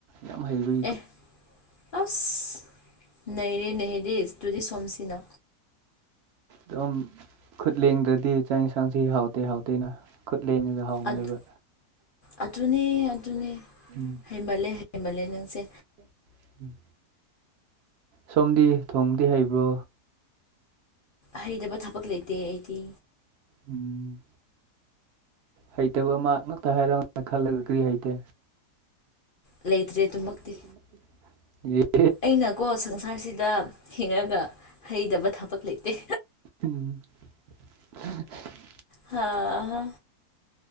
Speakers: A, on the right; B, on the left.
A: ꯌꯥꯝ ꯍꯩꯕꯩ
B: ꯑꯦ ꯑꯁ ꯅꯩꯔꯦꯅꯦ ꯍꯦꯂꯤꯁ ꯇꯨꯗꯤ ꯁꯣꯝꯁꯤꯅ
A: ꯗꯨꯝ ꯈꯨꯠ ꯂꯦꯡꯗ꯭ꯔꯗꯤ ꯆꯥꯛ ꯌꯦꯟꯁꯥꯡꯁꯤ ꯍꯥꯎꯇꯦ ꯍꯥꯎꯇꯦꯅ ꯈꯨꯠ ꯂꯦꯡꯉꯒ ꯍꯥꯎꯕꯅꯦꯕ
B: ꯑꯗ ꯑꯗꯨꯅꯦ ꯑꯗꯨꯅꯦ
A: ꯎꯝ
B: ꯍꯩꯃꯜꯂꯦ ꯍꯩꯃꯜꯂꯦ ꯅꯪꯁꯦ
A: ꯎꯝ ꯁꯣꯝꯗꯤ ꯊꯣꯡꯕꯗꯤ ꯍꯩꯕ꯭ꯔꯣ
B: ꯍꯩꯗꯕ ꯊꯕꯛ ꯂꯩꯇꯦ ꯑꯩꯗꯤ
A: ꯎꯝ ꯍꯩꯇꯕ ꯑꯃ ꯉꯛꯇ ꯍꯥꯏꯔꯧꯅꯦ ꯈꯜꯂꯒ ꯀꯔꯤ ꯍꯩꯇꯦ
B: ꯂꯩꯇ꯭ꯔꯦ ꯑꯗꯨꯃꯛꯇꯤ
A: ꯂꯩꯇ꯭ꯔꯦꯗꯤ ꯂꯩꯇꯦ ꯌꯦ
B: ꯑꯩꯅꯀꯣ ꯁꯪꯁꯥꯔꯁꯤꯗ ꯍꯤꯡꯉꯒ ꯍꯩꯗꯕ ꯊꯕꯛ ꯂꯩꯇꯦ
A: ꯎꯝ <unintelligible>
B: ꯍꯥꯥ ꯍꯥ